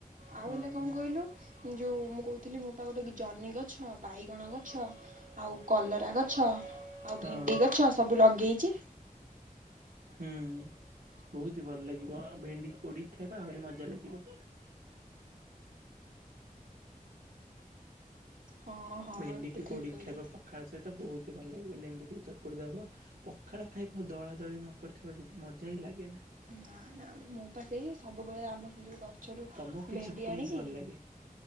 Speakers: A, on the right; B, on the right.
A: ଆଉ
B: ହଁ
A: ହେଲା କଣ କହିଲୁ ଯୋଉ ମୁଁ କହୁଥିଲି ମୋ ପା ଜହ୍ନିଗଛ ବାଇଗଣ ଗଛ ଆଉ କଲରା ଗଛ ଆଉ
B: ହଁ
A: ଭେଣ୍ଡି ଗଛ ସବୁ ଲଗେଇଛି।
B: ହୁଁ ବହୁତି ହି ଭଲ ଲାଗିବ ଭେଣ୍ଡି ପୋଡିକି ଖାଇବା ଆହୁରି ମଜା ଲାଗିବ।
A: ହଁ ହଁ
B: ଭେଣ୍ଡି
A: ତୁ
B: କି
A: ଠିକ୍
B: ପୋଡିକି
A: କହିଲୁ।
B: ଖାଇବା ପଖାଳ ସହିତ ବହୁତ ହି ଭଲ ଲାଗିବ ଲେମ୍ବୁଟିକେ ଚକୁଟି ଦବ ପଖାଳ ଖାଇବ ଦଳା ଦଳି ନ କରିଥିବ ଯଦି ମଜା ହିଁ ଲାଗେ ନା।
A: ନା ନା ମୁଁ ପା ସେଇ ସବୁବେଳେ ଆମ ଯୋଉ ଗଛରୁ
B: ତମକୁ କିଛି
A: ଭେଣ୍ଡି
B: କେମିତି
A: ଆଣିକି
B: ଭଲ ଲାଗେ